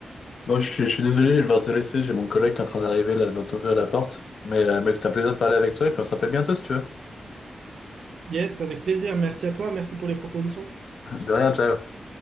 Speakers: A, on the left; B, on the right.
A: Bon, je suis, je suis désolé, je vais devoir te laisser. J'ai mon collègue qui est en train d'arriver là, je dois t'ouvrir la porte. Mais, euh, mais c'était un plaisir de parler avec toi et puis on se rappelle bientôt si tu veux.
B: Yes, avec plaisir. Merci à toi. Merci pour les propositions.
A: <laughs> De rien, ciao.